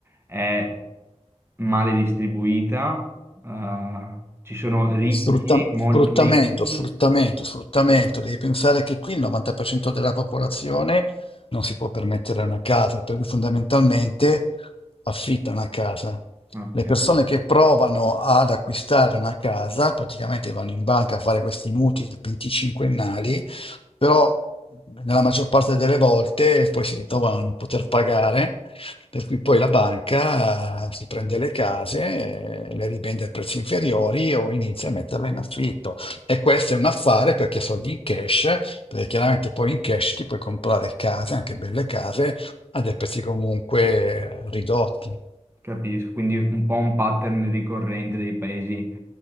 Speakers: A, on the right (about 20°); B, on the left (about 50°).
A: è male distribuita, Eh, ci sono ricchi,
B: Sfrutta-
A: molto
B: sfruttamento,
A: ricchi.
B: sfruttamento, sfruttamento. Devi pensare che qui il 90% della popolazione non si può permettere una casa, per cui fondamentalmente affitta una casa.
A: Ok.
B: Le persone che provano ad acquistare una casa praticamente vanno in banca a fare questi mutui 25ennali, però nella maggior parte delle volte poi si ritrovano a non poter pagare per cui poi la banca eh, si prende le case, eh, le rivende a prezzi inferiori o inizia a metterle in affitto. E questo è un affare perché soldi in cash, perché chiaramente poi in cash ti puoi comprare case, anche belle case, a dei prezzi comunque ridotti.
A: Capisco, quindi un po' un pattern ricorrente dei paesi